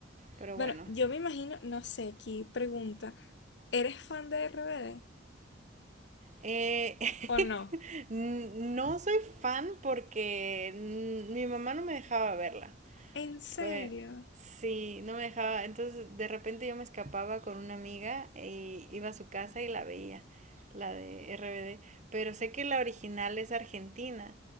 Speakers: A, on the right; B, on the left.
A: pero
B: Bueno,
A: bueno.
B: yo me imagino, no sé, aquí pregunta, ¿eres fan de RBD
A: Eh,
B: o no?
A: <laughs> n- no soy fan porque n- mi mamá no me dejaba verla.
B: ¿En serio?
A: Pues sí, no me dejaba. Entonces de repente yo me escapaba con una amiga y iba a su casa y la veía, la de RBD. Pero sé que la original es argentina,